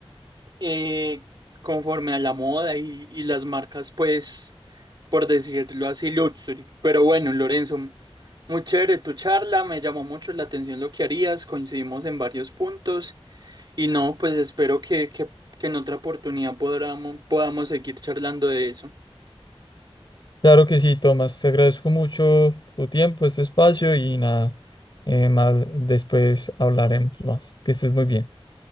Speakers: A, on the right; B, on the left.
A: eh, conforme a la moda y, y las marcas, pues, por decirlo así, luxury. Pero bueno, Lorenzo, muy chévere tu charla, me llamó mucho la atención lo que harías, coincidimos en varios puntos y no, pues espero que, que, que en otra oportunidad podamos, podamos seguir charlando de eso.
B: Claro que sí, Tomás, te agradezco mucho tu tiempo, este espacio y nada, eh, más después hablaremos más. Que estés muy bien.